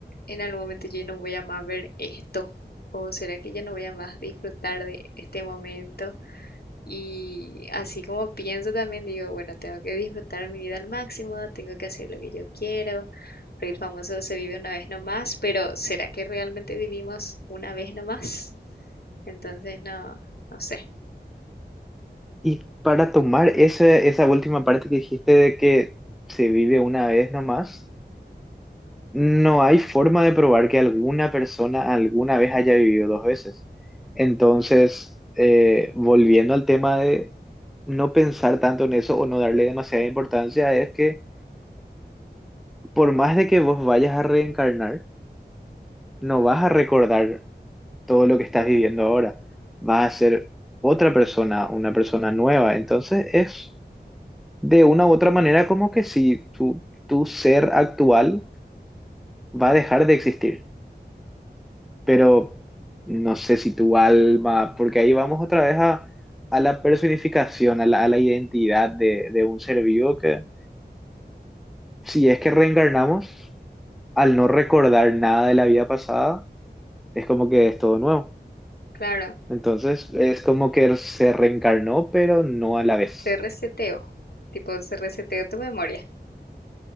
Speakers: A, on the left (about 60°); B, in the centre.
A: en algún momento yo ya no voy a más ver esto? ¿O será que ya no voy a más disfrutar de este momento? Y así como pienso también, digo, bueno, tengo que disfrutar mi vida al máximo, tengo que hacer lo que yo quiero, porque el famoso se vive una vez nomás, pero ¿será que realmente vivimos una vez nomás? Entonces, no, no sé.
B: Y para tomar esa, esa última parte que dijiste de que se vive una vez nomás, no hay forma de probar que alguna persona alguna vez haya vivido dos veces. Entonces, eh, volviendo al tema de no pensar tanto en eso o no darle demasiada importancia, es que por más de que vos vayas a reencarnar, no vas a recordar todo lo que estás viviendo ahora, vas a ser otra persona, una persona nueva. Entonces es de una u otra manera como que si tu, tu ser actual va a dejar de existir, pero no sé si tu alma, porque ahí vamos otra vez a, a la personificación, a la, a la identidad de, de un ser vivo que si es que reencarnamos, al no recordar nada de la vida pasada, es como que es todo nuevo.
A: Claro,
B: Entonces es como que se reencarnó, pero no a la vez.
A: se reseteó, tipo se reseteó tu memoria.